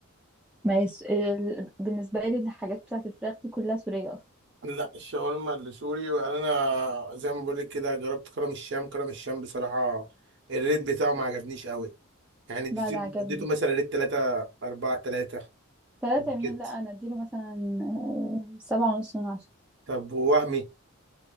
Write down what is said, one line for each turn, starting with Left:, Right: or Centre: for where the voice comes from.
Centre: <laughs> ما يس... ال... بالنسبة لي الحاجات بتاعة الفراخ دي كلها سورية أصلا
Right: لا الشاورما اللي سوري انا زي ما بقول لك كده جربت كرم الشام كرم الشام بصراحه الريت بتاعه ما عجبنيش قوي يعني اديته
Centre: لا لا عجبني
Right: اديته مثلا ريت 3 4 3
Centre: تلاتة مين
Right: كده
Centre: لا أنا أديله مثلا آه، سبعة ونص من عشرة
Right: طب ووهمي